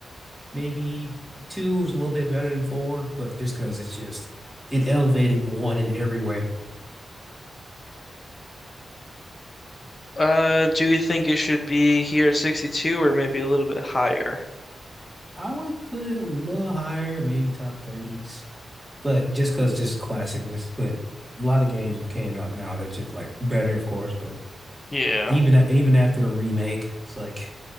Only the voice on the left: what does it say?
Uh, do we think it should be here at 62 or maybe a little bit higher?
Yeah.